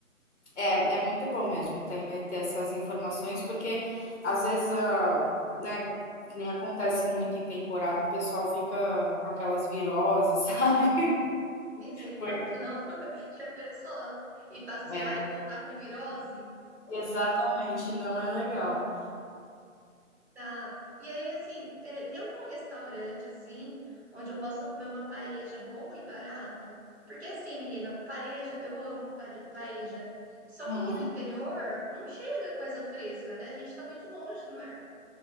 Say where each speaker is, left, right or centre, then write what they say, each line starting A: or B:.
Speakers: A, on the left; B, on the right.
A: É, é muito bom mesmo ter, ter essas informações, porque às vezes, ah, né, que nem acontece muito em temporada, o pessoal fica com aquelas viroses, <laughs> sabe?
B: Misericórdia,
A: Foi.
B: não. <laughs> Já pensou? E passear
A: É,
B: e voltar com virose?
A: exatamente, não é legal.
B: Tá. E aí, assim, é, tem algum restaurante, assim, onde eu possa comer uma paeja boa e barata? Porque, assim, menina, paeja, eu amo pare- paeja. Só
A: Aham.
B: que aqui no interior não chega coisa fresca, né? A gente tá muito longe do mar.